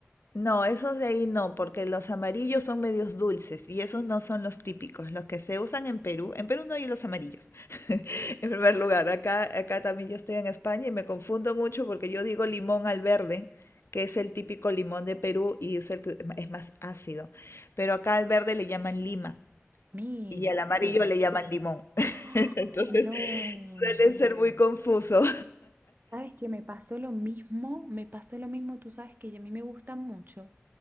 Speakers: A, on the left; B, on the right.
A: No, esos de ahí no, porque los amarillos son medios dulces y esos no son los típicos, los que se usan en Perú. En Perú no hay los amarillos, <laughs> en primer lugar. Acá, acá también yo estoy en España y me confundo mucho porque yo digo limón al verde, que es el típico limón de Perú y es el que es más ácido. Pero acá al verde le llaman lima
B: Mira,
A: y al amarillo
B: qué...
A: le llaman limón. <laughs>
B: ¡Ah!
A: Entonces
B: No.
A: suele ser muy confuso.
B: Sabes que me pasó lo mismo, me pasó lo mismo, tú sabes que a mí me gusta mucho